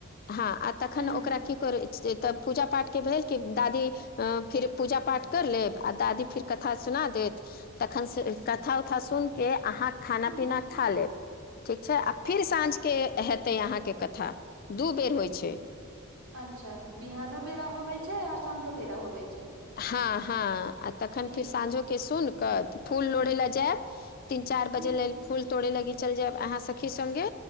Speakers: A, on the left; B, on the right.
A: हँ आ
B: हुँ
A: तखन ओकरा की कर से तऽ पूजा पाठके भेल कि दादी फिर पूजा पाठ कर लेब आ दादी फिर कथा सुना देत तखन कथा उथा सुन के अहाँ खाना
B: हुँ
A: पीना खा लेब ठीक छै आ फिर साँझ के हेतै अहाँके कथा दू बेर होइ छै
B: अच्छा बिहानो बेरा होवे छै आर साँझो बेरा होवे छै
A: हँ हँ आ तखन
B: ठीक
A: फेर साँझोके
B: छै,
A: सुन कऽ फूल लोढ़य लए जायब तीन चार बजे
B: हुँ,
A: लेल फूल तोड़े लागी चलि जायब अहाँ सखी संगे